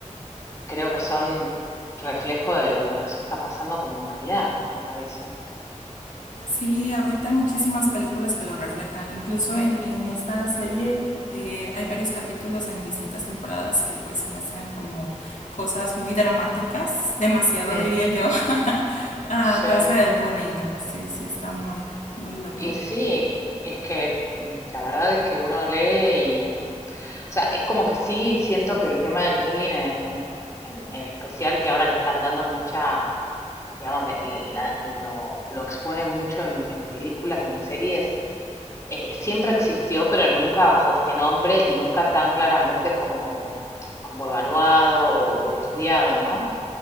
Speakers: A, on the left; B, on the left.
A: creo que son reflejo de lo que nos está pasando como humanidad, me parece.
B: Sí, ahorita hay muchísimas películas que lo reflejan. Incluso en, en esta serie eh, hay varios capítulos en distintas temporadas que pues muestran como cosas muy dramáticas, demasiado
A: Mm,
B: diría yo, <laughs> a
A: sí.
B: causa del bullying. Sí, sí, está muy, muy loco.
A: Y sí, es que mm, la verdad es que uno lee y, o sea, es como que sí siento que el tema del bullying en, en- es- en- en especial, que ahora le están dando mucha digamos, le- le- la- lo, lo expone mucho en, en películas y en series, eh, siempre existió, pero nunca bajo este nombre y nunca tan claramente como, como evaluado o, o estudiado, ¿no?